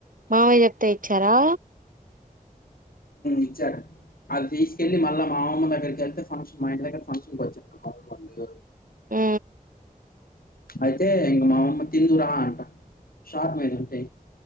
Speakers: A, on the right (about 65°); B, on the left (about 80°).
A: మావయ్య చెప్తే చారా
B: ఇచ్చాడు అది తీసుకెళ్ళి మళ్ళా మా అమ్మమ్మ దగ్గరికి వెళ్తే ఫంక్షన్ మా ఇంటి దగ్గర ఫంక్షన్కి వచ్చాడు మామ్మళ్ళ
A: హు
B: అయితే ఇంక మా అమ్మమ్మ తిందురా అంట షార్ట్ మీద ఉంటే